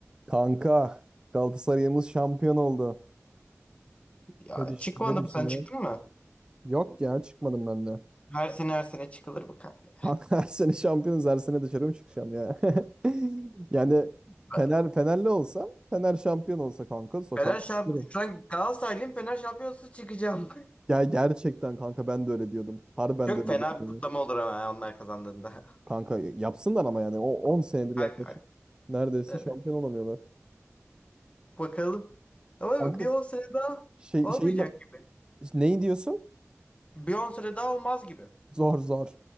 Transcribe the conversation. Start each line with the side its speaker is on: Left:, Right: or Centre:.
Right: Kanka Galatasaray'ımız şampiyon oldu.
Left: Ya
Right: Ne, düş
Left: çıkmadım
Right: ne düşünüyorsun?
Left: sen çıktın mı?
Right: Yok ya çıkmadım ben de.
Left: Her sene her sene çıkılır bu kanka.
Right: Kanka <laughs> her sene şampiyonuz her sene dışarı mı çıkacağım ya? <laughs> Yani
Left: Bak,
Right: Fener Fenerli olsa Fener şampiyon olsa kanka sokağa
Left: Fener şamp
Right: çıkarım.
Left: şu an Galatasaraylıyım Fener şampiyonası çıkacağım.
Right: Ya gerçekten kanka ben de öyle diyordum.
Left: <laughs>
Right: Harbiden
Left: Çok
Right: de öyle
Left: fena
Right: diyordum.
Left: bir kutlama olur ama ya onlar kazandığında.
Right: Kanka yapsınlar ama yani o 10 senedir
Left: <laughs>
Right: yaklaşık
Left: Ay, ay,
Right: neredeyse
Left: Evet.
Right: şampiyon olamıyorlar.
Left: Bakalım. Ama
Right: Kanka
Left: bir on sene daha
Right: şey,
Left: olmayacak
Right: şey ma-
Left: gibi.
Right: neyi diyorsun?
Left: Bir on sene daha olmaz gibi.
Right: Zor zor.